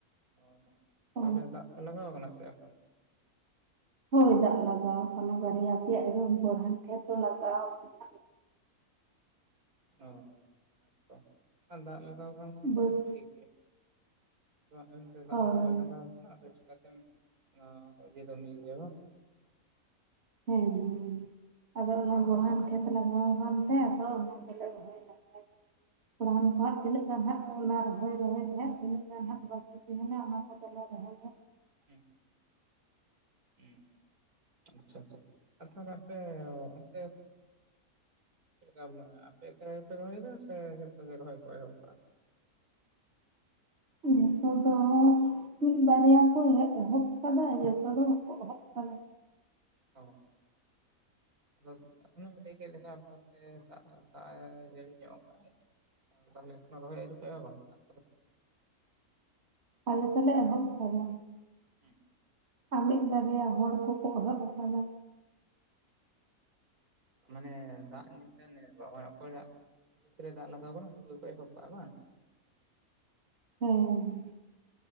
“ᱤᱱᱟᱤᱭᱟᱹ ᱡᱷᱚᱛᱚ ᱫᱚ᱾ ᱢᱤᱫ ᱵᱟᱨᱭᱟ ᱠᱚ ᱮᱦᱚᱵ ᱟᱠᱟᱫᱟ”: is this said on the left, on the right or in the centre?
Right